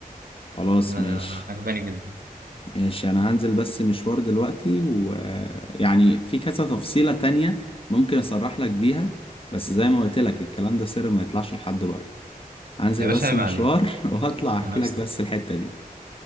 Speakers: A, on the left; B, on the right.
A: خلاص
B: انا
A: ماشي
B: عجباني جدا
A: ماشي انا هنزل بس مشوار دلوقتي ويعني في كذا تفصيلة تانية ممكن اصرح لك بيها بس زي ما قلت لك الكلام ده سر ما يطلعش لحد بره هنزل
B: يا باشا
A: بس
B: عيب
A: مشوار
B: عليك
A: <laughs> وهطلع احكي
B: انا
A: لك
B: مست...
A: بس الحتة دي